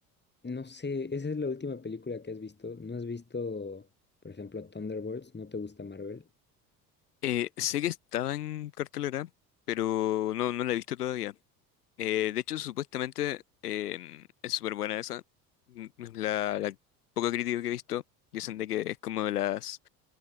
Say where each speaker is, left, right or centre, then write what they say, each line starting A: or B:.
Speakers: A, on the left; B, on the left.
A: No sé, esa es la última película que has visto. ¿No has visto, por ejemplo, Thunderbolts? ¿No te gusta Marvel?
B: Eh, sé que estaba en cartelera, pero no, no la he visto todavía. Eh, de hecho, supuestamente em, es súper buena esa. Mm, La, la poca crítica que he visto dicen de que es como de las,